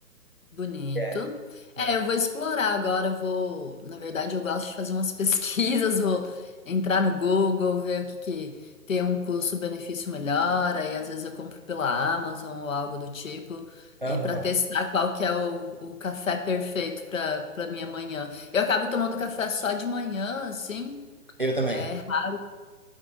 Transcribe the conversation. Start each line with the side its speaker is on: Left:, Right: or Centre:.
Left: Bonito.
Right: É.
Left: É,
Right: né?
Left: eu vou explorar agora, eu vou, na verdade, eu gosto de fazer umas <laughs> pesquisas, vou entrar no Google, ver o que que tem um custo-benefício melhor, aí às vezes eu compro pela Amazon ou algo do tipo,
Right: Aham.
Left: e para testar qual que é o, o café perfeito para para minha manhã. Eu acabo tomando café só de manhã, assim,
Right: Eu também.
Left: é, ra-